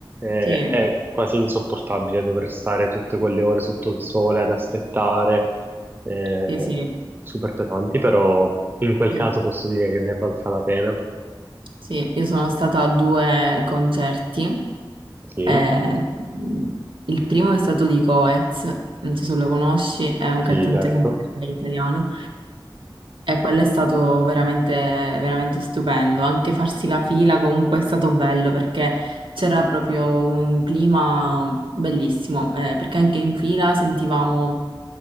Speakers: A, on the right (about 25°); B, on the right (about 70°).
A: eh,
B: Sì,
A: è quasi insopportabile dover stare tutte quelle ore sotto il sole ad aspettare, eh,
B: sì, sì.
A: super pesanti, però in quel
B: Sì,
A: caso posso dire che ne valga la pena.
B: Sì, io sono stata a due concerti.
A: Sì,
B: eh, il primo è stato di Coez, non so se lo conosci, è un
A: sì,
B: cantante
A: certo.
B: sempre italiano. E quello è stato veramente, veramente stupendo. Anche farsi la fila comunque è stato bello perché c'era proprio un clima bellissimo. eh, perché anche in fila sentivamo